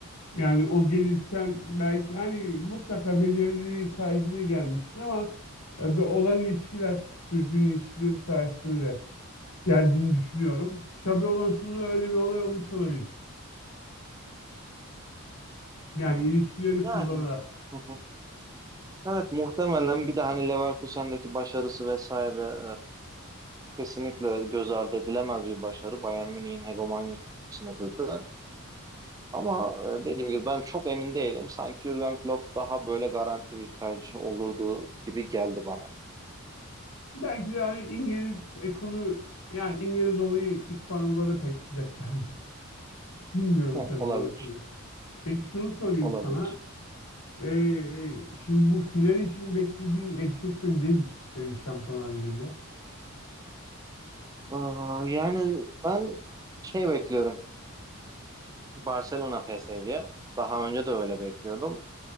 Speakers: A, on the left; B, on the right.
A: Yani o gelirken belki hani mutlaka belirliliği sayesinde gelmiştir ama e, bu olan ilişkiler, düzgün ilişkileri sayesinde de geldiğini düşünüyorum. Şabe Alonso'da da öyle bir olay olmuş olabilir. Yani
B: Aa,
A: ilişkileri
B: Yani.
A: kullanarak.
B: Hı hı. Evet muhtemelen bir de hani Leverkusen'deki başarısı vesaire Kesinlikle göz ardı edilemez bir başarı. Bayern Münih'in hegemonyasını kırdı. Ama e, dediğim gibi ben çok emin değilim. Sanki Jürgen Klopp daha böyle garanti bir tercih olurdu gibi geldi bana.
A: Belki de hani İngiliz ekolü, yani İngiliz olayı İspanyollara pek sıcak gelmedi. <laughs> Bilmiyorum
B: He,
A: tabii
B: olabilir,
A: orasını. Peki şunu sorayım
B: olabilir.
A: sana. Ee, şimdi bu final için beklediğin eşleşme nedir senin Şampiyonlar Ligi'nde?
B: Ee, yani ben şey bekliyorum. Barcelona PSG'ye. Daha önce de öyle bekliyordum.